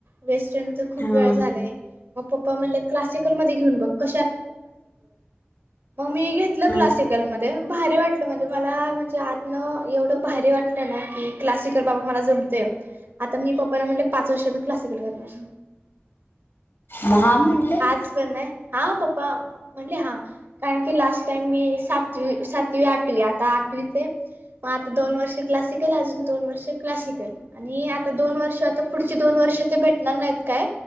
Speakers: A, on the right; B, on the left.
A: वेस्टर्न तर खूप
B: हा
A: वेळ झालाय मग पप्पा म्हण,, क्सिकलेन ब क क् मी क्.
B: हा
A: ल मध्ये भारी वाटलं म्हणजे मला म्हणजे आतनं,, एवढं भारी वाटलं ना की क्लासिकल बाबा मला जमतेय. आता मी पप्पाना म्हटले पाच वर्ष म क्लासिकल करणार.
B: महा म्हणले,
A: ब आहे हा पप्पा म्हणले हा कार लास्ट टाईम मी सात सातवी आठवी आता आठवी मग आता दोन वर्ष क्लासिकल अजून दोन वर्ष क्लासिकल आणि आता दोन वर्ष आता पुढ दोन वर्ष ते भेटणार नाहीत काय